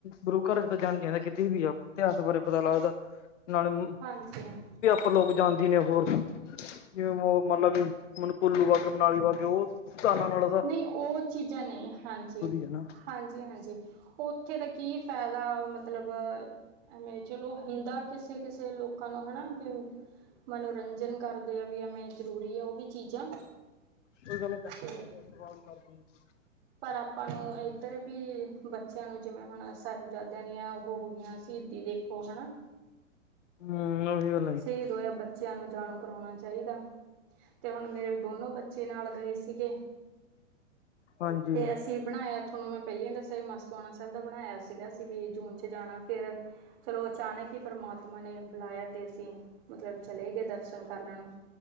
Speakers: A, on the left; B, on the right.
A: ਗੁਰੂ ਘਰ ਤਾਂ ਜਾਣੀ ਜਾਣ ਆ ਕਿਤੇ ਵੀ ਆ ਇਤਿਹਾਸ ਬਾਰੇ ਪਤਾ ਲੱਗਦਾ ਨਾਲੇ ਮ
B: ਸੂਆ <unintelligible>
A: ਉੱਪਰ ਲੋਕ ਜਾਂਦੀ ਨੇ ਹੋਰ ਜਿਵੇਂ ਵੋ ਮਤਲਬ ਵੀ ਮਨੂੰ ਕੁੁੱਲੂ ਵਰਗ ਨਾਲੀ ਵਾ ਗੇ ਓਹ ਧਾਨਾ ਨਾਲੋ <unintelligible>
B: ਨਹੀਂ ਓਹ ਚੀਜ਼ਾਂ ਨਹੀ, ਹਾਂਜੀ।
A: ਹੈ ਨਾ
B: ਹਾਂਜੀ ਹਾਂਜੀ, ਓਥੇ ਦਾ ਕੀ ਫੈਦਾ ਮਤਲਬ ਐਮੇਂ ਚਲੋ ਹੁੰਦਾ ਕਿਸੇ-ਕਿਸੇ ਲੋਕਾਂ ਨੂੰ ਹਨਾ ਬੀ ਮਨੋਰੰਜਨ ਕਰਦੇ ਆ ਵੀ ਏਮੇਂ ਜ਼ਰੂਰੀ ਆ ਓਹ ਵੀ ਚੀਜ਼ਾਂ।
A: ਕੋਈ ਗੱਲੋਂ ਫੈਦਾ
B: ਤੇ
A: ਤੋ ਹੈਗੈ <unintelligible> ਘਰ ਤੋਈ। <unintelligible>
B: ਪਰ ਆਪਾਂ ਨੂੰ ਏਧਰ ਬੀ ਬੱਚਿਆਂ ਨੂੰ ਜਿਵੇਂ ਹੁਣ ਸਾਹਿਬਜ਼ਾਦਿਆਂ ਦੀਆਂ ਓਹੋ ਹੋ ਗੀਆਂ ਸ਼ਹੀਦੀ ਦੇ ਖੋ ਹੈਨਾ।
A: ਹੁ ਓਹੀਓ।
B: ਸ਼ਹੀਦ ਹੋਇਆ ਬੱਚਿਆਂ ਨੂੰ ਜਾਣੂ ਕਰੋਣਾ ਚਾਈਦਾ। ਤੇ ਹੁਣ ਮੇਰੇ ਦੋਨੋ ਬੱਚੇ ਨਾਲ ਗਏ ਸੀਗੇ।
A: ਹਾਂਜੀ।
B: ਤੇ ਅਸੀਂ ਬਣਾਇਆ ਥੋਨੂੰ ਮੈਂ ਪੈਲਾਂ ਈ ਦੱਸਿਆ ਵੀ ਮਸਤੂਆਣਾ ਸਾਇਬ ਦਾ ਬਣਾਇਆ ਸੀਗਾ ਅਸੀਂ ਵੀ ਜੂਨ ਚ ਜਾਣਾ, ਫੇਰ ਚਲੋ ਅਚਾਨਕ ਹੀ ਪਰਮਾਤਮਾ ਨੇ ਬੁਲਾਇਆ ਤੇ ਅਸੀ ਤੀਂ ਮਤਲਬ ਚਲੇ ਗਏ ਦਰਸ਼ਨ ਕਰਨ ਨੂੰ,